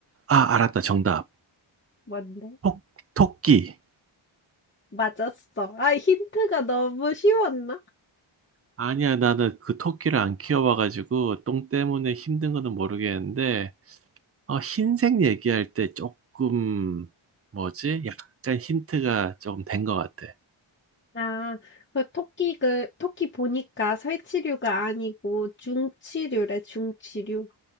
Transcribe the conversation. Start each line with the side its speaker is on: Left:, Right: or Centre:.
Right: 아 알았다
Left: 응,
Right: 정답
Left: 뭔데?
Right: 토, 토끼
Left: 맞았어. 아, 힌트가 너무 쉬웠나?
Right: 아니야 나는 그 토끼를 안 키워봐가지고 똥 때문에 힘든 거는 모르겠는데 어, 흰색 얘기할 때 조금 뭐지? 약간 힌트가 조금 된 것 같아
Left: 아, 그 토끼, 그, 토끼 보니까 살치류가 아니고 중치류래, 중치류.